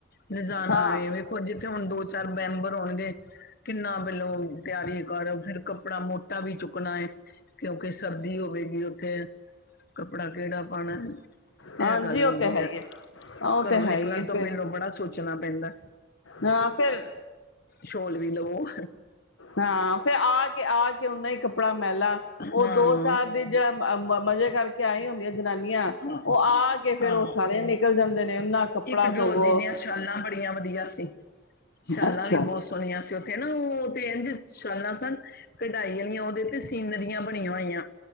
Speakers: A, on the left; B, on the left.
A: ਨਿਜ਼ਾਨਣਾ
B: ਹਾਂ
A: ਆਵੇਂ ਵੇਖੋ ਜਿੱ ਹੁਣ ਦੋ ਚਾਰ ਮੈਂਬਰ ਹੋਣਗੇ ਕਿੰਨਾ ਪਹਿਲੋਂ ਤਿਆਰੀ ਕਰ ਫਿਰ ਕੱਪੜਾ ਮੋਟਾ ਵੀ ਚੁੱਕਣਾ ਏ। ਸਰਦੀ ਹੋਵੇਗੀ ਉੱਥੇ ਕੱਪੜਾ ਕਿਹੜਾ ਪਾਣੈ
B: ਹਾਂਜੀ
A: ਇਹ ਗੱਲ
B: ਉਹ
A: ਹੁੰਦੀ
B: ਤੇ ਹੈ
A: ਐ
B: ਹੀ ਹੈ ਉਹ
A: ਘਰੋਂ
B: ਤੇ ਹੈ
A: ਨਿਕਲਣ
B: ਹੀ ਹੈ
A: ਤੋਂ
B: ਫਿਰ
A: ਪਹਿਲੋਂ ਬੜਾ ਸੋਚ ਚਣਾ ਪੈਂਦੈ
B: ਹਾਂ ਫਿਰ
A: ਸ਼ੋਲ ਵੀ ਲਵੋ
B: ਹਾਂ ਫੇਿਰ ਆ ਕੇ ਆ ਕੇ ੳਨਾ ਈ ਕੱਪੜਾ ਮੈਲਾ ਉਹ
A: ਹਾਂ
B: ਦੋ ਸਾਲ ਦੀ ਜਿਹੜਾ ਮਜ ਮਜੇ ਕਰਕੇ ਆਈ ਹੀ ਹੁੰਦੀ ਐ ਜਨਾਨੀਆਂ
A: ਹਾਂ
B: ਉਹ ਆ ਕੇ ਫਿਰ
A: ਹਾਂ
B: ਉਹ ਸਾਰੇ ਨਿਕਲ ਜਾਂਦੇ ਨੇ ਓਨਾ ਕੱਪੜਾ
A: ਇੱਕ ਡਲੋਜੀ
B: ਧੋਵੋ
A: ਦੀਆਂ ਸ਼ਾਲਾਂ ਵ <unintelligible> ਸ਼ਾਲਾਂ
B: ਅੱਛਾ
A: ਵੀ ਬਹੁਤ ਸੋਹਣੀਆਂ ਸੀ ਉਥੇ ਤੇ ਨਾਂ ਉਹ ਤੇ ਇੰਝ ਸ਼ਾਲਾਂ ਸਨ ਕਢਾਈ ਅਲੀਆਂ ਉਹਦੇ ਤੇ ਸੀਨਰੀਆਂ ਬਣੀਆਂ ਹੋਈਆਂ